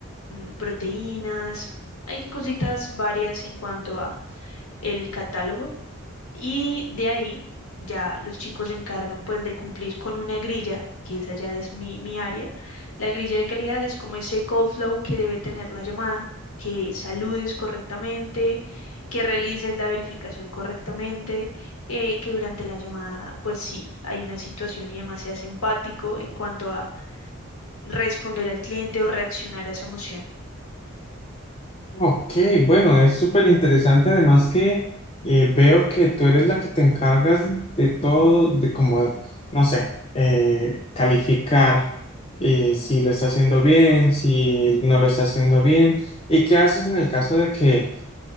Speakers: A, on the left; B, on the left.
A: mm, proteínas. Hay cositas varias en cuanto a el catálogo y de ahí ya los chicos se encargan pues de cumplir con una grilla, que esa ya es mi, mi área. La grilla de calidad es como ese call flow que debe tener la llamada, que saludes correctamente, que realices la verificación correctamente, eh, que durante la llamada pues sí, hay una situación y demás seas empático en cuanto a responder al cliente o reaccionar a esa emoción.
B: Ok, bueno, es súper interesante. Además que eh, veo que tú eres la que te encargas de todo, de como, no sé, eh, calificar eh, si lo está haciendo bien, si no lo está haciendo bien. ¿Y qué haces en el caso de que,